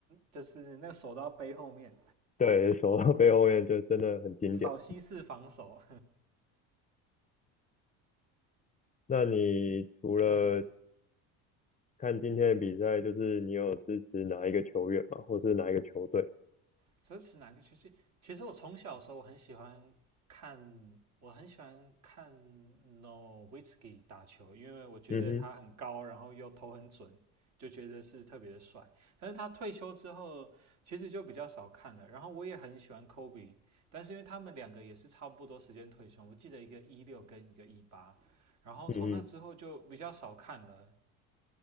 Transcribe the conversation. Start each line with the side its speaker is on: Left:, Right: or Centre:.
Right: 就是那个手到背后面，
Left: 对，守到背后面就真的很经典。
Right: 扫西式防守。
Left: 那你除了
Right: <laughs> 嗯哼，
Left: 看今天的比赛，就是你有支持哪一个球员吗？或是哪一个球队？
Right: 这是哪个其实其实我从小的时候我很喜欢看，我很喜欢看 n o w i t k i 打球，因为我觉得他很高，
Left: 嗯哼，
Right: 然后又投很准，就觉得是特别的帅。但是他退休之后，其实就比较少看了。然后我也很喜欢 Kobe，但是因为他们两个也是差不多时间退休，我记得一个一六跟一个一八，然后从那之后就比较少看了。
Left: 嗯哼，